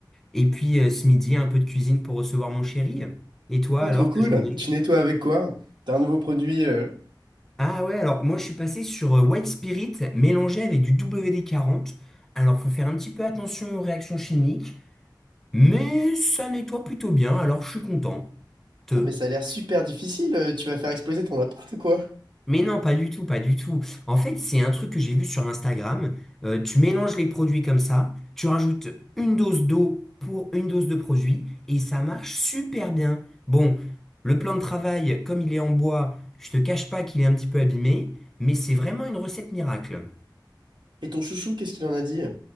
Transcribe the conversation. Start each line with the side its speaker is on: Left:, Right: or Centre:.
Centre: Et puis euh, ce midi un peu de cuisine pour recevoir mon chéri. Et toi
Right: Oh,
Centre: alors,
Right: trop cool,
Centre: ta journée?
Right: tu nettoies avec quoi? T'as un nouveau produit... euh,
Centre: Ah ouais, alors moi je suis passé sur euh, White Spirit mélangé avec du WD-40. Alors faut faire un petit peu attention aux réactions chimiques. Mais ça nettoie plutôt bien, alors je suis content. Te.
Right: Putain mais ça a l'air super difficile, euh, tu vas faire exploser ton appart ou quoi?
Centre: Mais non, pas du tout, pas du tout. En fait, c'est un truc que j'ai vu sur Instagram. Euh, tu mélanges les produits comme ça, tu rajoutes une dose d'eau pour une dose de produit et ça marche super bien. Bon, le plan de travail, comme il est en bois, je te cache pas qu'il est un petit peu abîmé, mais c'est vraiment une recette miracle.
Right: Et ton chouchou, qu'est-ce qu'il en a dit?